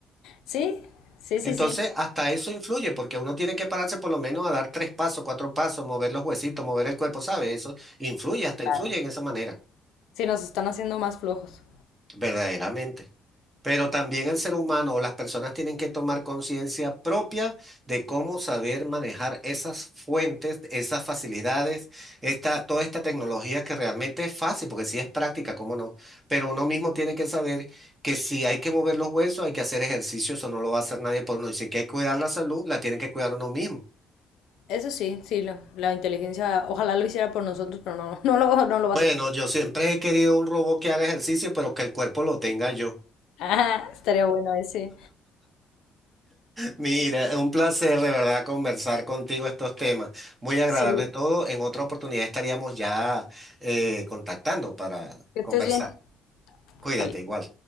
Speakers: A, on the left (about 85°); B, on the right (about 15°).
A: sí, sí, sí,
B: Entonces,
A: sí,
B: hasta eso influye, porque uno tiene que pararse por lo menos a dar tres pasos, cuatro pasos, mover los huesitos, mover el cuerpo, ¿sabes? Eso influye, hasta
A: Claro.
B: influye en esa manera.
A: sí, nos están haciendo más flojos.
B: verdaderamente. Pero también el ser humano o las personas tienen que tomar conciencia propia de cómo saber manejar esas fuentes, esas facilidades, esta, toda esta tecnología que realmente es fácil, porque sí es práctica, cómo no. Pero uno mismo tiene que saber que si hay que mover los huesos, hay que hacer ejercicio, eso no lo va a hacer nadie por uno. Y si hay que cuidar la salud, la tiene que cuidar uno mismo.
A: Eso sí, sí, lo- la inteligencia, ojalá lo hiciera por nosotros, pero no, <laughs> no lo, no lo va
B: Bueno,
A: a hacer. <laughs>
B: yo siempre he querido un robot que haga ejercicio, pero que el cuerpo lo tenga yo.
A: Ah, estaría bueno ese.
B: Mira, un placer de verdad conversar contigo estos temas. Muy agradable
A: Sí,
B: todo. En otra oportunidad estaríamos ya eh, contactando para
A: que
B: conversar.
A: estés bien.
B: Cuídate
A: Ali.
B: igual.